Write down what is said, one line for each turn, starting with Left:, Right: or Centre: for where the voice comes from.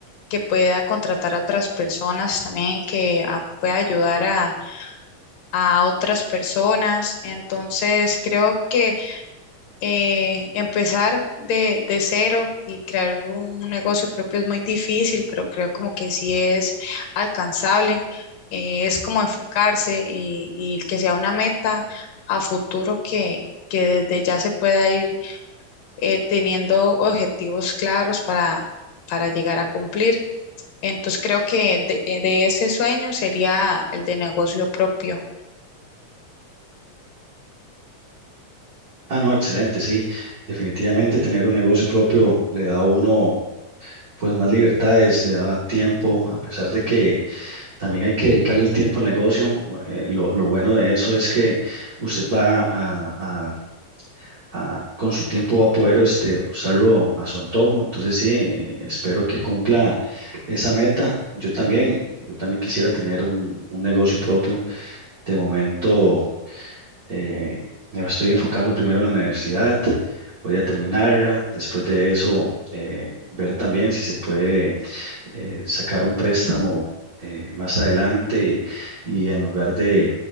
Left: que pueda contratar a otras personas también, que a- pueda ayudar a, a otras personas. Entonces, creo que eh, empezar de, de cero y crear un negocio propio es muy difícil, pero creo como que sí es alcanzable. Eh, es como enfocarse y, y que sea una meta a futuro que, que desde ya se pueda ir eh, teniendo objetivos claros para, para llegar a cumplir. Entonces creo que de, eh, de ese sueño sería el de negocio propio.
Right: Ah, no, excelente, sí. Definitivamente tener un negocio propio le da a uno pues más libertades, le da tiempo, a pesar de que También hay que dedicarle el tiempo al negocio. eh, lo, lo bueno de eso es que usted va a, a- a- con su tiempo va a poder este, usarlo a su antojo. Entonces, sí, eh, espero que cumpla esa meta. Yo también, yo también quisiera tener un, un negocio propio. De momento. Eh, me estoy enfocando primero en la universidad, voy a terminarla, después de eso eh, ver también si se puede eh, sacar un préstamo eh, más adelante y, en lugar de,